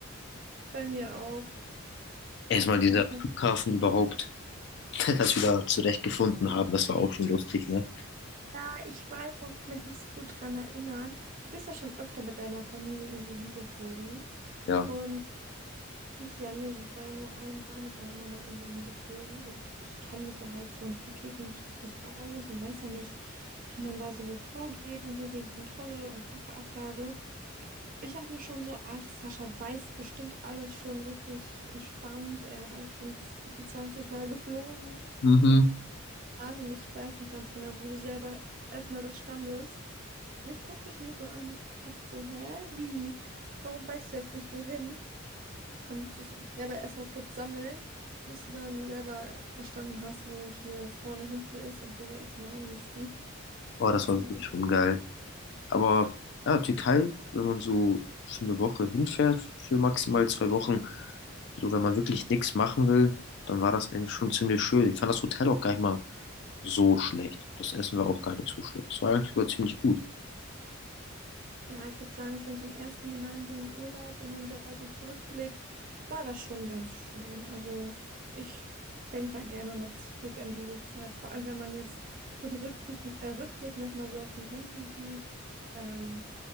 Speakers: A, on the right; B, on the left.
A: bei mir auch.
B: Erstmal
A: Ich
B: dieser
A: weiß noch.
B: Flughafen überhaupt, <laughs> dass wir da zurechtgefunden haben, das war auch schon lustig, ne?
A: Ja, ich weiß noch, ich kann mich noch so gut dran erinnern. Du bist ja schon öfter mit deiner Familie irgendwo hingeflogen.
B: Ja.
A: Und Ich ja nicht. Ich war ja nur einmal mit meiner Mama irgendwo hingeflogen und ich kann mich ja halt so an Flughäfen nicht richtig aus und weiß ja nicht, wie man da so vorgeht und so wegen Kontrolle und Kofferabgabe. Ich dachte mir schon so, ach, Sascha weiß bestimmt alles schon richtig entspannt. Er ist schon z- gefühlt 20 Mal geflogen
B: Mhm.
A: an und ich weiß noch ganz genau, wo du selber erstmal da standest. Und ich guck dich nur so an und ich dachte so, hä, wie? Warum weißt du jetzt nicht wohin? Da musstest du selber erstmal kurz sammeln, bis du dann selber verstanden hast, wo hier vorne, hinten ist und wo wir erstmal lang müssten.
B: Boah,
A: Das
B: das
A: war
B: war
A: schon
B: wirklich
A: lustig.
B: schon geil. Aber ja, Türkei, wenn man so für eine Woche hinfährt, für maximal zwei Wochen, so wenn man wirklich nichts machen will, dann war das eigentlich schon ziemlich schön. Ich fand das Hotel auch gar nicht mal so schlecht. Das Essen war auch gar nicht so schlecht. Es war eigentlich sogar ziemlich gut.
A: Ja, ich würde sagen, für unseren ersten gemeinsamen Urlaub, wenn man da so zurückblickt, war das schon ganz schön. Also ich denke da gerne noch zurück an diese Zeit. Vor allem, wenn man jetzt so einen Rückblick, äh, Rückblick nochmal so auf dem Handy sieht. Ähm,